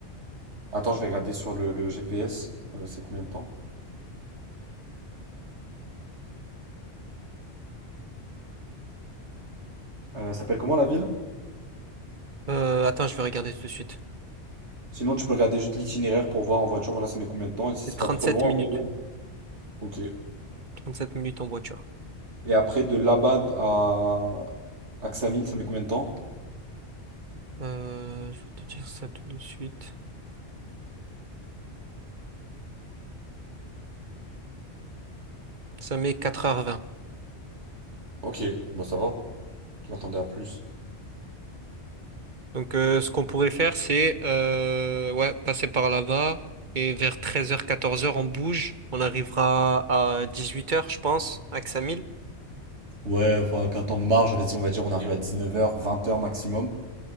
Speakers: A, on the right; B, on the right.
A: Attends, je vais regarder sur le, le GPS. euh, c'est combien de temps? Euh, elle s'appelle comment la ville?
B: Euh, attends, je vais regarder tout de suite.
A: Sinon, tu peux regarder juste l'itinéraire pour voir en voiture, voilà, ça met combien de temps. Et si
B: C'est
A: c'est
B: 37
A: pas trop loin,
B: minutes.
A: en vrai, ouais. Ok.
B: 37 minutes en voiture.
A: Et après, de Labad à Axamil, ça met combien de temps?
B: Euh, je vais te dire ça tout de suite. Ça met quatre heures vingt.
A: Ok, bon, ça va. Je m'attendais à plus.
B: Donc, euh, ce qu'on pourrait faire, c'est euh, ouais, passer par là-bas et vers treize heures quatorze heures on bouge. On arrivera à dix-huit heures, je pense, à Ksamil.
A: Ouais, enfin, qu'un temps de marge, vas-y, on va dire, on arrive à 19h, 20h maximum.